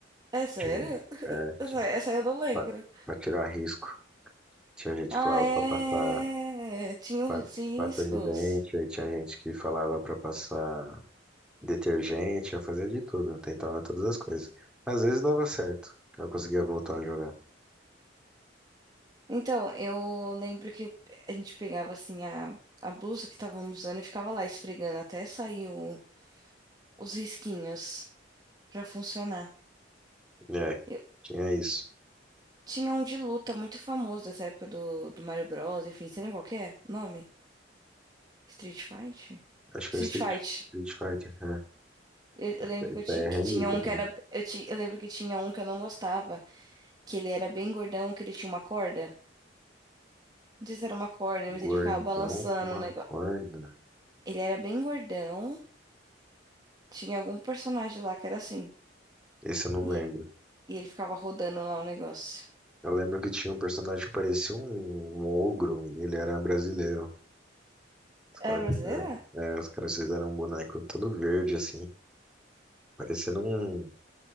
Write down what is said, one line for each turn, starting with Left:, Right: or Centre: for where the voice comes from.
Right: É sério?
Centre: Tinha, é,
Right: Essa,
Centre: tinha
Right: essa eu não lembro.
Centre: pra, pra tirar risco. Tinha gente
Right: Ah,
Centre: que falava
Right: é.
Centre: pra passar
Right: Tinha
Centre: pa-
Right: os riscos.
Centre: pasta de dente. Aí tinha gente que falava pra passar detergente. Eu fazia de tudo, eu tentava todas as coisas. Às vezes dava certo, eu conseguia voltar a jogar.
Right: Então, eu lembro que a gente pegava assim a, a blusa que estávamos usando e ficava lá esfregando até sair o- os risquinhos pra funcionar.
Centre: É,
Right: Eu-
Centre: tinha isso.
Right: tinha um de luta muito famoso dessa época do, do Mario Bros, enfim, você lembra qual que é o nome? Street Fight?
Centre: Acho que
Right: Street
Centre: era Street,
Right: Fight.
Centre: Street Fighter, né?
Right: Eu, eu lembro
Centre: P
Right: que, eu tinha,
Centre: R É
Right: que
Centre: relíquia
Right: tinha um
Centre: também.
Right: que era. Eu, ti- eu lembro que tinha um que eu não gostava, que ele era bem gordão, que ele tinha uma corda. Não sei se era uma corda,
Centre: Gordão
Right: mas ele ficava balançando
Centre: com uma
Right: o negócio.
Centre: corna.
Right: Ele era bem gordão. Tinha algum personagem lá que era assim.
Centre: Esse eu não
Right: E,
Centre: lembro.
Right: e ele ficava rodando lá o negócio.
Centre: Eu lembro que tinha um personagem que parecia um, um ogro e ele era brasileiro. Os caras
Right: É brasileira?
Centre: fizeram, é, os caras fizeram um boneco todo verde, assim, parecendo um,